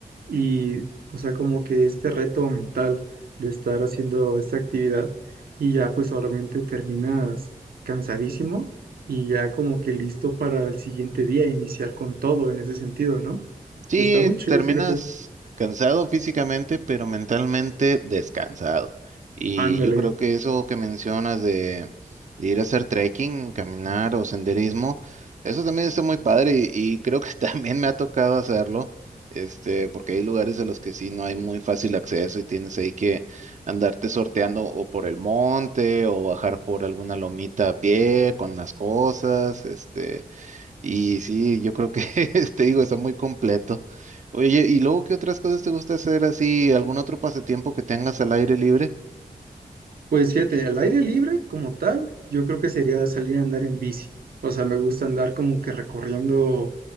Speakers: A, on the right; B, on the right.
A: y o sea, como que este reto mental de estar haciendo esta actividad, y ya pues obviamente terminas cansadísimo y ya como que listo para el siguiente día iniciar con todo en ese sentido, ¿no?
B: Sí,
A: Está muy chido,
B: terminas
A: fíjate.
B: cansado físicamente, pero mentalmente descansado. Y
A: Ándale.
B: yo creo que eso que mencionas de, de ir a hacer trekking, caminar o senderismo, eso también está muy padre y, y creo que <laughs> también me ha tocado hacerlo, este, porque hay lugares a los que sí no hay muy fácil acceso y tienes ahí que andarte sorteando o por el monte o bajar por alguna lomita a pie con las cosas, este. Y sí, yo creo que, <laughs> te digo, está muy completo. Oye, ¿y luego qué otras cosas te gusta hacer así? ¿Algún otro pasatiempo que tengas al aire libre?
A: Pues fíjate, al aire libre como tal, yo creo que sería salir a andar en bici. O sea, me gusta andar como que recorriendo